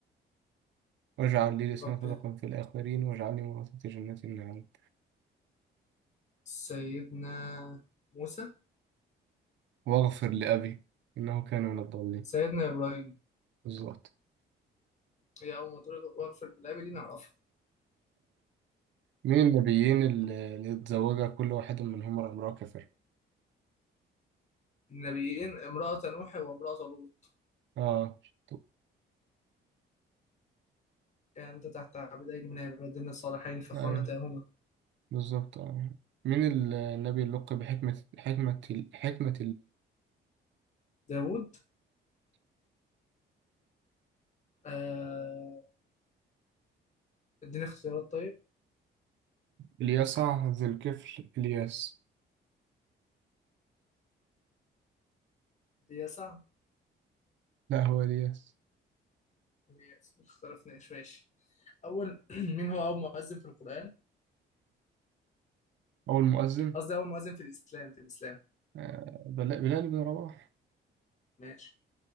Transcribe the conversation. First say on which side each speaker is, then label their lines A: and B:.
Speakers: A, on the right (about 70°); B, on the left (about 35°).
A: واجعل لي لسان
B: ربي
A: صدق في الآخرين واجعلني ورثة جنة النعيم
B: سيدنا موسى
A: واغفر لأبي إنه كان من الضالين
B: سيدنا إبراهيم
A: بالظبط
B: هي أول ما تقول وقف اللعيبة دي نعرفها
A: مين النبيين اللي اللي اتزوجها كل واحد منهم امرأة كافرة
B: النبيين امرأة نوح وامرأة لوط
A: اه طب.
B: كانت تحت عبدين من عبادنا الصالحين فخانتاهما
A: أيوة بالظبط اه مين النبي اللي لقب بحكمة حكمة حكمة
B: داود آه اديني اختيارات طيب
A: اليسع ذي الكفل الياس
B: ليسع
A: لا هو الياس
B: ليسع. ما اختلفناش ماشي أول <clears throat> مين هو أول مؤذن في القرآن
A: أو المؤذن
B: قصدي أول مؤذن في الإسلام في الإسلام
A: آه، بلا- بلال بن رباح
B: ماشي